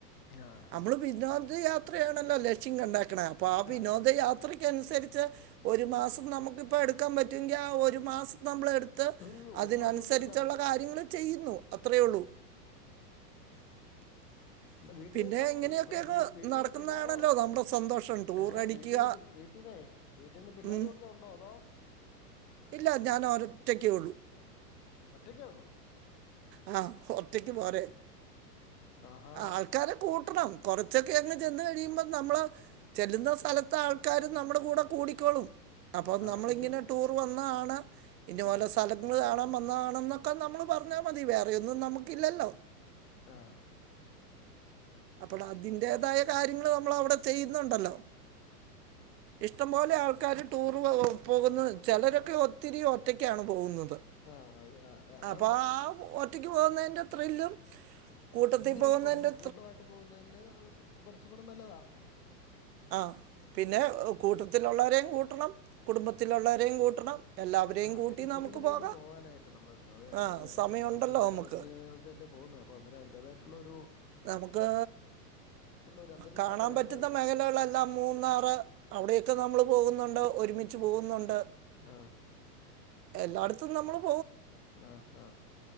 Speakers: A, on the left; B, on the right.
A: ആഹ ഹാ
B: നമ്മള് വിനോദയാത്രയാണല്ലോ ലക്ഷ്യം കണ്ടാക്കണ അപ്പൊ ആ വിനോദയാത്രക്ക്
A: ആഹ്
B: അനുസരിച്ച് ഒരു മാസം നമുക്കിപ്പോം എടുക്കാൻ പറ്റുമെങ്കിൽ ആ ഒരു മാസം നമ്മൾ എടു ത്ത്
A: അയ്യോ
B: അതിനനുസരിച്ചുള്ള
A: ഒരു മാസമൊക്കെ എടുത്താണോ പോകുന്നേ
B: കാര്യങ്ങൾ ചെയ്യുന്നു അത്രയേ ഉള്ളൂ
A: ഉ
B: <inaudible>
A: <unintelligible> വീട്ടിൽന്ന്
B: പിന്നെ ഇങ്ങനെയൊക്കെ അങ്ങ്
A: വീട്ടിൽന്ന്
B: നടക്കുന്നതാണല്ലോ
A: പിള്ളോരോ
B: നമ്മുടെ സന്തോഷം ടൂറടിക്കുക
A: ഏ വീട്ടിൽന്ന് വീട്ടിൽന്നേ വീട്ടീന്ന് പിള്ളേരു
B: ഉം
A: ഒക്കെ ഉണ്ടോ അതോ?
B: ഇല്ല ഞാൻ ഒരറ്റക്കേ ഉള്ളൂ
A: ഒറ്റക്കെ ഉള്ളോ
B: ആഹ് ഒറ്റക്ക് പോരെ
A: ആഹാ
B: ആൾ ക്കാരെ കൂട്ടണം കുറച്ചൊക്കെ അങ്ങ് ചെന്ന് കഴിയുമ്പോൾ നമ്മള് ചെല്ലുന്ന സ്ഥലത്ത് ആൾക്കാര് നമ്മുടെ കൂടെ കൂടിക്കോളും അപ്പോൾ
A: ആ
B: നമ്മളിങ്ങനെ
A: അത് ശരി
B: ടൂറ് വന്നതാണ് ഇന്നപോലെ
A: ആ
B: സ്ഥലങ്ങൾ കാണാൻ വന്നതാണ് എന്നൊക്കെ നമ്മള് പറ ഞ്ഞാമതി വേറെയൊന്നും നമുക്കില്ലല്ലോ
A: ആഹ്
B: അപ്പൊള് അതിന്റേതായ കാര്യങ്ങൾ നമ്മൾ അവിടെ ചെയ്യുന്നുണ്ടല്ലോ ഇഷ്ടംപോലെ ആൾക്കാരും ടൂറ് പോകുന്ന ചിലരൊക്കെ ഒത്തിരി ഒറ്റക്കാണ് പോകുന്നത്
A: ആ അത് ആ അത് അതുകൊണ്ട്
B: അപ്പോ ആഹ് ഒ റ്റക്ക് പോകുന്നതിന്റെ ത്രില്ലും കൂട്ടത്തിൽ
A: ഗ്രൂപ്പായിട്ട്
B: പോകുന്നതിന്റെ
A: കൂട്ടമായിട്ട് പോകുന്നതിന്റെ കുറച്ചും കൂടി നല്ലതാണ്
B: ആഹ് പിന്നെ കൂട്ടത്തിലുള്ളവരെയും കൂട്ടണം കുടുംബത്തിലുള്ളവരെയും കൂട്ടണം എല്ലാവരെയും
A: ആഹ് അവരെയൊക്കെ
B: കൂട്ടി
A: കൂട്ടിക്കൊണ്ട്
B: നമുക്ക് പോകാം
A: വേണം പോവാനായിട്ട് നമ്മള് വിനോദ വിനോസഞ്ചാരത്തില്
B: ആ സമയമുണ്ടല്ലോ നമുക്ക്
A: <unintelligible> പോകുന്നത് അപ്പൊ അതിന്റേതായിട്ടുള്ളൊരു
B: നമുക്ക്
A: ഒരു അന്തരീക്ഷമൊക്കെ
B: കാണാൻ
A: വേണ്ടേ
B: പറ്റുന്ന
A: അതിന്
B: മേഖലകളെല്ലാം മൂന്നാറ് അവിടെയൊക്കെ നമ്മൾ പോകുന്നുണ്ട് ഒരുമിച്ച് പോകുന്നുണ്ട്
A: ആ
B: എല്ലാടത്തും നമ്മളും
A: ആഹ് ആഹ്